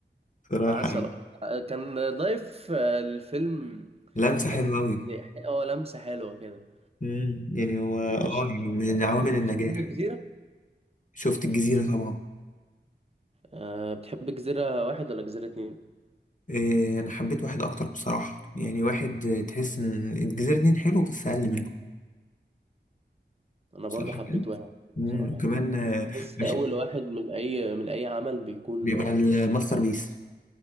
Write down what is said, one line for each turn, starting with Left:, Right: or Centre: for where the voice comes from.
Left: بصراحة
Right: عسل
Left: يعني
Right: أبيض. كان ضايف آه، الفيلم
Left: لمسة
Right: حتة
Left: حلوة أوي
Right: اه لمسة حلوة كده
Left: امم يعني هو اه
Right: ماشي
Left: يعني
Right: طب
Left: من عوامل النجاح
Right: منه كتيرة
Left: شفت الجزيرة طبعا
Right: أه بتحب جزيرة واحد ولا جزيرة اتنين؟
Left: إيه أنا حبيت واحد أكتر بصراحة يعني واحد آه، تحس إن الجزيرة اتنين حلو بس أقل منه
Right: أنا
Left: صح
Right: برضو حبيت
Left: كده
Right: واحد
Left: مم.
Right: بصراحة
Left: وكمان
Right: يعني
Left: آه،
Right: بحس
Left: مش-
Right: أول واحد من أي من أي عمل بيكون
Left: بيبقى
Right: اه
Left: الماستر بيس